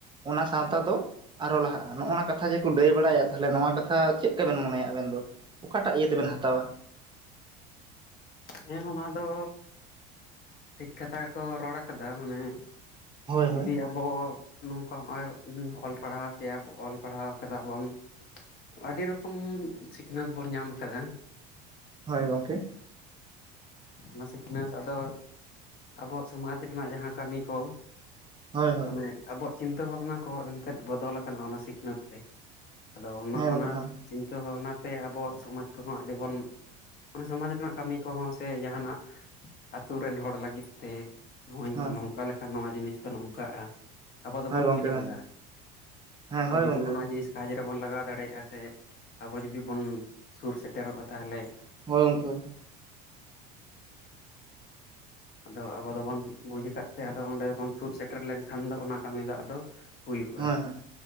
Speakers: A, on the right (about 20°); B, on the left (about 50°).
A: ᱚᱱᱟ ᱥᱟᱶᱛᱟ ᱫᱚ ᱟᱨ ᱦᱚᱸ ᱞᱟᱦᱟᱜᱼᱟ ᱱᱚᱜᱼᱱᱟ ᱠᱟᱛᱷᱟ ᱠᱟᱛᱷᱟ ᱡᱮᱠᱚ ᱞᱟᱹᱭ ᱵᱟᱲᱟᱭᱟ ᱛᱟᱦᱚᱞᱮ ᱱᱚᱣᱟ ᱠᱟᱛᱷᱟ ᱪᱮᱫ ᱠᱟ ᱵᱤᱱ ᱢᱚᱱᱮᱭᱟ ᱟᱵᱤᱱ ᱫᱚ ᱚᱠᱟᱴᱟᱜ ᱤᱭᱟᱹ ᱛᱮᱵᱤᱱ ᱦᱟᱛᱟᱣᱟ
B: ᱦᱮᱸ ᱚᱱᱟ ᱫᱚ ᱴᱷᱤᱠ ᱠᱟᱛᱷᱟ ᱜᱮ ᱠᱚ ᱨᱚᱲ ᱟᱠᱟᱫᱟ ᱢᱟᱱᱮ
A: ᱦᱳᱭ ᱦᱳᱭ
B: ᱡᱩᱫᱤ ᱟᱵᱚ ᱱᱚᱝᱠᱟ ᱦᱚᱸ ᱚᱭ ᱚᱞ ᱯᱟᱲᱦᱟᱣ ᱠᱮᱭᱟ ᱚᱞ ᱯᱟᱲᱦᱟᱣ ᱠᱟᱫᱟ ᱵᱚᱱ ᱟᱹᱰᱤ ᱨᱚᱠᱚᱢ ᱥᱤᱠᱷᱱᱟᱹᱛ ᱵᱚᱱ ᱧᱟᱢ ᱠᱟᱫᱟ
A: ᱦᱚᱭ ᱜᱚᱢᱠᱮ
B: ᱚᱱᱟ ᱥᱤᱠᱷᱱᱟᱹᱛ ᱟᱫᱚ ᱟᱵᱚ ᱥᱚᱢᱟᱡᱽ ᱨᱮᱱᱟᱜ ᱡᱟᱦᱟᱸ ᱠᱟᱹᱢᱤ ᱠᱚ
A: ᱦᱳᱭ ᱦᱳᱭ
B: ᱢᱟᱱᱮ ᱟᱵᱚᱣᱟᱜ ᱪᱤᱱᱛᱟᱹ ᱵᱷᱟᱵᱱᱟ ᱠᱚ ᱮᱱᱛᱮᱫ ᱵᱚᱫᱚᱞ ᱟᱠᱟᱱᱟ ᱚᱱᱟ ᱥᱤᱠᱷᱱᱟᱹᱛ ᱛᱮ ᱟᱫᱚ ᱚᱱᱟ
A: ᱦᱮᱸ
B: ᱚᱱᱟ
A: ᱜᱚᱝᱠᱮ ᱦᱳᱭ
B: ᱪᱤᱱᱛᱟᱹ ᱵᱷᱟᱵᱱᱟ ᱛᱮ ᱟᱵᱚᱣᱟᱜ ᱥᱚᱢᱟᱡᱽ ᱠᱚᱦᱚᱸ ᱟᱹᱰᱤᱵᱚᱱ ᱢᱟᱱᱮ ᱥᱚᱢᱟᱡᱽ ᱨᱮᱱᱟᱜ ᱠᱟᱹᱢᱤ ᱠᱚᱦᱚᱸ ᱥᱮ ᱡᱟᱦᱟᱱᱟᱜ ᱟᱛᱩ ᱨᱤᱱ ᱦᱚᱲ ᱞᱟᱹᱜᱤᱫ ᱛᱮ ᱱᱚᱜᱼᱚᱭ
A: ᱦᱳᱭ
B: ᱱᱚᱝ ᱠᱟ ᱞᱮᱠᱷᱟᱱ ᱱᱚᱣᱟ ᱡᱤᱱᱤᱥ ᱫᱚ ᱱᱚᱝᱠᱟᱜᱼᱟ? ᱟᱵᱚ ᱫᱚᱵᱚᱱ
A: ᱦᱳᱭ ᱜᱚᱝᱠᱮ
B: ᱵᱩᱡ ᱟᱠᱟᱫᱟ
A: ᱦᱳᱭ ᱦᱮᱸ
B: ᱟᱫᱚ
A: ᱦᱳᱭ
B: ᱡᱩᱫᱤ
A: ᱜᱚᱝᱠᱮ
B: ᱚᱱᱟ
A: ᱦᱳᱭ
B: ᱡᱤᱱᱤᱥ ᱠᱟᱡ ᱨᱮᱵᱚᱱ ᱞᱟᱜᱟᱣ ᱫᱟᱲᱮᱭᱟᱜᱼᱟ ᱥᱮ ᱟᱵᱚ ᱡᱩᱫᱤ ᱵᱩᱱ ᱥᱩᱨ ᱥᱮᱴᱮᱨᱚᱜᱼᱟ ᱛᱟᱦᱟᱞᱮ
A: ᱦᱳᱭ ᱚᱝᱠᱮ ᱾
B: ᱟᱫᱚ ᱟᱵᱚ ᱫᱚᱵᱚᱱ ᱵᱩᱡ ᱠᱟᱫ ᱛᱮ ᱟᱫᱚ ᱚᱸᱰᱮ ᱫᱚᱵᱚᱱ ᱥᱩᱨ ᱥᱮᱴᱮᱨ ᱞᱮᱱᱠᱷᱟᱱ ᱫᱚ ᱚᱱᱟ ᱠᱟᱹᱢᱤ ᱫᱚ ᱟᱫᱚ ᱦᱩᱭᱩᱜᱼᱟ
A: ᱦᱳᱭ ᱦᱳᱭ